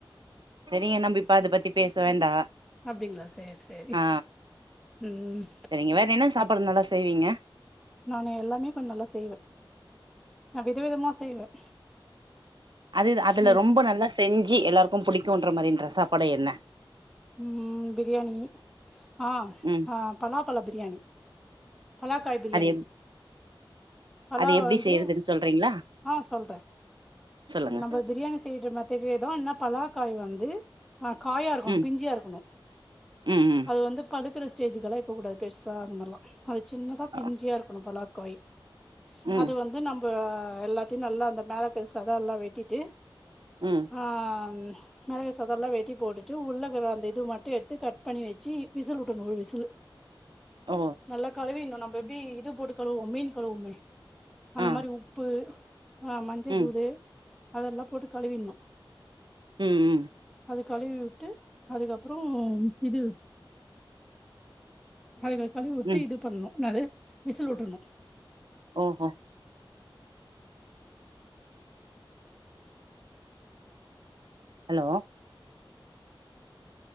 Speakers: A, on the right; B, in the centre.
A: பெரியன்னா போய் பாத்து பத்தி பேச வேண்டா
B: அப்டிங்ளா சேரி சேரி
A: ஆ
B: ம்
A: செரிங்க வேற என்ன சாப்பாடு நல்லா செய்வீங்க
B: நாணு எல்லாமே இப்போ நல்லா செய்வேன் நா வித விதமா செய்வேன்
A: அதுதா அதுல
B: ம்
A: ரொம்ப நல்லா செஞ்சு ஜி எல்லாருக்கோம் புடிக்குன்ற மாரின்ற சாப்பாடு என்ன
B: ம் பிரியாணி ஆ
A: ம்
B: அ பலாப்பழ பிரியாணி பலாக்காய் பிரியாணி
A: அது எப்
B: அத
A: அது எப்டி
B: வந்து
A: செய்யறதுன்னு சொல்றீங்களா
B: ஆ சொல்றேன்
A: சொல்லுங்க
B: நம்ம பிரியாணி செய்யிற மாதிரியே தா ன்னா பலாக்காய் வந்து ஆகாயா இருக்கணு
A: ம்
B: பிஞ்சியா இருக்கணு
A: ம் ம்
B: அது வந்து பதுக் பழுக்குற ஸ்டேஜிகெல்லா இருக்க கூடாது பெருசா அந்த மாரிலாம் அது சின்னதா பிஞ்சியா
A: அ.
B: இருக்கனும் பலாக் கொய்
A: ம்
B: அது வந்து நம் ப எல்லாத்தையும் நல்லா அந்த பேகஸ் சத எல்லா வெட்டிட்டு
A: ம்
B: ஆ ம் மேல இருக்க சதை எல்லா வெட்டி போட்டுட்டு உள்ளக்கிற அந்த இது மட்டும் எடுத்து கட் பண்ணி வெச்சு விசில் உட்டுடனும் ஒரு விசிலு
A: ஓ
B: நல்லா கழுவினனும் நம் எப்டி இது போட்டு கலுவுமே மீன் கலுவுமே அந்த
A: ஆ
B: மாரி உப்பு ஆமா <unintelligible>
A: ம்
B: அதெல்லா போட்டு கலுவிடனும்
A: ம் ம்
B: அது கலுவி உட்டு அதுக்கப்றோ இது அது கலுவி உட்டு
A: ம்
B: இது பண்ணனும் என்னது விசில் உட்டுறனும்
A: ஓ ஓ ஹலோ